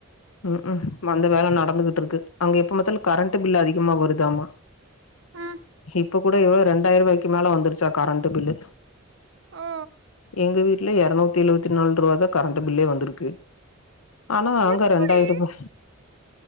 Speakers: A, on the left; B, on the right.
A: ம்க்ம் வந்த வேல நடந்துகிட்ருக்கு அங்க எப்ப பாத்தாலு கரண்ட் பில்லு அதிகமா வருதாமா
B: ஆ
A: இப்ப கூட எவ்ள ரெண்டாயிருவாய்க்கு மேலே வந்துருச்சா கரண்ட்டு பில்லு
B: ஆ
A: எங்க வீட்ல இருநூத்தி எழுவத்தி நால்ருவாதா கரண்ட்டு பில்லே வந்திருக்கு ஆனா அங்க
B: எப்டி
A: ரெண்டாய்ருபா